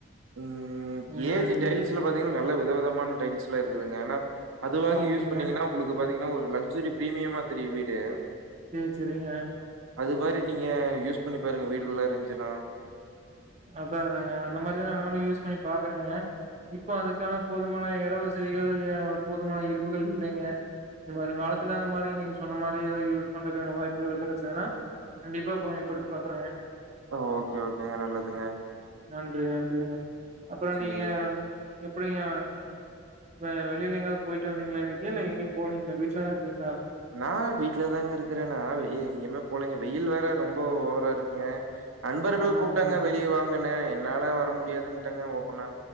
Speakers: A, on the right; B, on the right.
A: ம்
B: ம்
A: ஏ ஜி டைல்ஸ்ல பாத்தீங்கன்னா நல்ல வித விதமான டைல்ஸ்ல்லா இருக்குதுங்க அது வாங்கி
B: ஓகேங்க
A: யூஸ் பண்ணீங்கன்னா உங்களுக்கு பாத்தீங்கன்னா ஒரு லச்சுரி பிரீமியமா தெரியோ வீடு
B: செரி செரிங்க
A: அது மாரி நீங்க யூஸ் பண்ணி பாருங்க வீடு உள்ள இருந்துசின்னா
B: அதாங்க அந்த மாரிதா யூஸ் பண்ணி பாக்குறேங்க இப்ப அதுக்கான போதுமான இட வசதிகள் போதுமான இருப்புகள் இல்லைங்க வருங்காலத்துல அந்த மாரி நீங்க சொன்ன மாரி ஏதாது யூஸ் பண்ற வாய்புகள் கெடைச்சதுன்னா கண்டிப்பா பயன்படுத்தி பாக்குறங்க
A: ஆ ஓகே ஓகேங்க நல்லதுங்க
B: நன்றி நன்றிங்க அப்பறோ
A: சரி.
B: நீங்க எப்டிங்க இப்ப வெளியில எங்காவது போயிட்டு வந்தீங்களா இன்னைக்கு இல்ல எங்கயோ போலீங்கலா இல்ல வீட்ல தா இருந்தீங்களா
A: நா வீட்லதாங்க இருக்கறே நா வெளியே எங்கயுமே போலீங்க வெயில் வேற ரொம்ப ஓவரா இருக்குங்க நண்பர்கள்
B: ஆமா
A: கூப்பிட்டாங்க
B: ஆமாங்க
A: வெளியே வாங்கனே என்னால வர முடியாதுன்ட்டங்க ஓப்பனா